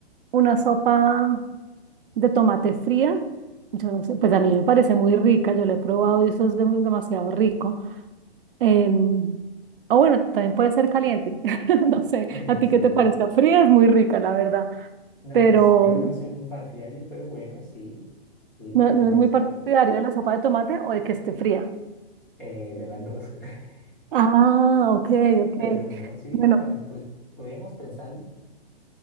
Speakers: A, on the right; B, in the centre.
A: una sopa de tomate fría, yo no sé, pues a mí me parece muy rica, yo la he probado y eso es dem- demasiado rico. Em, o bueno, también puede ser caliente. <laughs> No sé,
B: <laughs>
A: a ti
B: Sí.
A: qué te parezca. Fría es muy rica, la verdad,
B: No,
A: pero
B: pues yo
A: mm,
B: no soy muy partidario, pero bueno, sí, sí,
A: no,
B: podría
A: no es muy
B: ser
A: partidario de la sopa de tomate o de que esté fría.
B: eh, de las dos. <laughs>
A: Ah, ok, ok.
B: Pero no, sí,
A: Bueno,
B: también pues podríamos pensarlo.